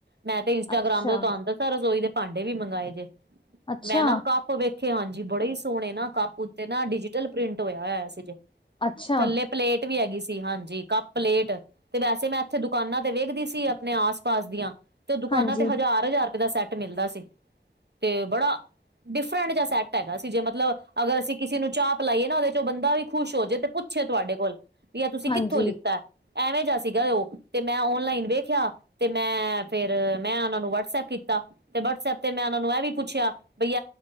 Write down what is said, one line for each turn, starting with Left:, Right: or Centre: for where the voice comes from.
Right: ਮੈਂ ਤੇ ਇੰਸਟਾਗ੍ਰਾਮ
Left: ਅੱਛਾ
Right: ਤੋਂ ਤੁਹਾਨੂੰ ਦੱਸਿਆ ਰਸੋਈ ਦੇ ਭਾਂਡੇ ਵੀ ਮੰਗਵਾਏ ਜ
Left: ਅੱਛਾ
Right: ਮੈਂ ਨਾ ਕਾਫੀ ਵੇਖੇ ਹਾਂਜੀ, ਬੜੇ ਹੀ ਸੋਹਣੇ ਨਾ ਕਪ ਉਤੇ ਨਾ ਡਿਜੀਟਲ ਪ੍ਰਿੰਟ ਹੋਇਆ ਹੋਇਆ ਸੀ ਜੇ
Left: ਅੱਛਾ
Right: ਥੱਲੇ ਪਲੇਟ ਵੀ ਹੈਗੀ ਸੀ, ਹਾਂਜੀ ਕੱਪ ਪਲੇਟ ਤੇ ਵੈਸੇ ਮੈਂ ਇੱਥੇ ਦੁਕਾਨਾਂ ਤੇ ਵੇਖਦੀ ਸੀ ਆਪਣੇ ਆਸ-ਪਾਸ ਦੀਆਂ, ਤੇ ਦੁਕਾਨਾਂ
Left: ਹਾਂਜੀ
Right: ਤੇ ਹਜ਼ਾਰ-ਹਜ਼ਾਰ ਰੁਪਏ ਦਾ ਸੈੱਟ ਸੈਟ ਮਿਲਦਾ ਸੀ, ਤੇ ਬੜਾ ਡਿਫਰੈਂਟ ਜਾ ਸੈੱਟ ਹੈਗਾ ਸੀ ਜੇ ਮਤਲਬ ਅਗਰ ਅਸੀਂ ਕਿਸੇ ਨੂੰ ਚਾਹ ਪਿਲਾਈਏ ਨਾ ਉਹਦੇ ਚੋਂ ਬੰਦਾ ਵੀ ਖੁਸ਼ ਹੋ ਜੇ ਤੇ ਪੁੱਛੇ ਤੁਹਾਡੇ ਕੋਲ, ਵੀ ਐ ਤੁਸੀਂ
Left: ਹਾਂਜੀ
Right: ਕਿੱਥੋਂ ਲਿੱਤਾ। ਐਵੇਂ ਜਿਹਾ ਸੀਗਾ ਉਹ, ਤੇ ਮੈਂ ਓਨਲਾਈਨ ਵੇਖਿਆ ਤੇ ਮੈਂ ਫੇਰ ਮੈਂ ਉਹਨਾਂ ਨੂੰ ਵਟਸਐਪ ਕੀਤਾ ਤੇ ਵਟਸਐਪ ਤੇ ਮੈਂ ਉਹਨਾਂ ਨੂੰ ਇਹ ਵੀ ਪੁੱਛਿਆ ਬਈ